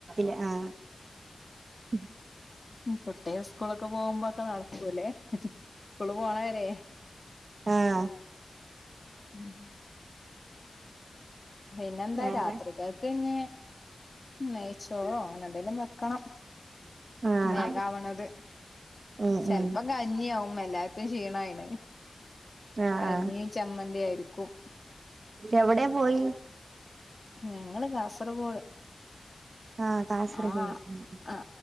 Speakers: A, on the right; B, on the left.
A: <inaudible>
B: കുട്ടിയ സ്കൂളൊക്കെ പോകുമ്പോക്കെ നടക്കൂല്ലേ സ്കൂൾ പോണവരെ
A: ആഹ
B: ഉം <unintelligible> പിന്നെന്താ
A: വേറെ
B: രത്രികക്ക് ഇഞ് നെയച്ചോറോ എന്തേലും വെക്കണം
A: ആഹ്
B: വേഗാവണത്
A: ഉം
B: ചെലപ്പം
A: ഉം
B: കഞ്ഞി ആവും എല്ലാർക്കും ക്ഷീണായിന്
A: ആഹ്
B: കഞ്ഞീ
A: ആഹ്
B: ചമ്മന്തി ആയിരിക്കും
A: എവിടെ പോയി
B: ഞങ്ങള് കാസർഗോഡ്
A: ആഹ് കാസർഗോഡ്
B: ആ
A: ഉം
B: ആ